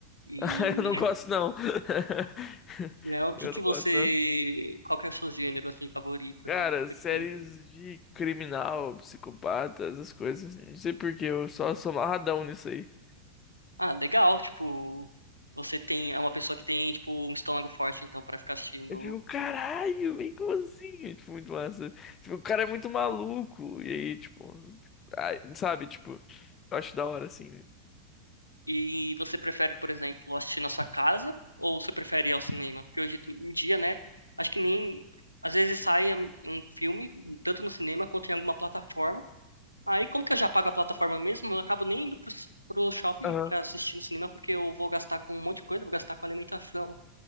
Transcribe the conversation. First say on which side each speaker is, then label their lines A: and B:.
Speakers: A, on the left (about 90°); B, on the left (about 25°).
A: E,
B: <laughs> Eu não gosto, não. <laughs>
A: né, o que
B: Eu
A: que
B: não
A: você,
B: gosto, não.
A: qual que é o seu gênero, assim, favorito,
B: Cara,
A: assim, que você
B: séries
A: costuma-
B: de criminal, psicopata, essas coisas. Não sei por quê, eu só sou amarradão nisso aí.
A: Ah, legal, tipo, você tem, é uma pessoa que tem, tipo, um estômago forte, então, pra ficar assistindo.
B: Eu fico, caralho, vem como assim? É, tipo, muito massa. Tipo, o cara é muito maluco. E aí, tipo, ai, sabe, tipo, eu acho da hora, assim.
A: E você prefere, por exemplo, assistir na sua casa ou você prefere ir ao cinema? Porque hoje em dia, né, acho que nem, às vezes sai um um filme, tanto no cinema quanto em alguma plataforma. Aí, como que eu já pago a plataforma mesmo, eu acabo nem indo pro, c- pro shopping
B: Aham,
A: pra assistir no cinema, porque eu vou gastar com um monte de coisa, vou gastar com alimentação.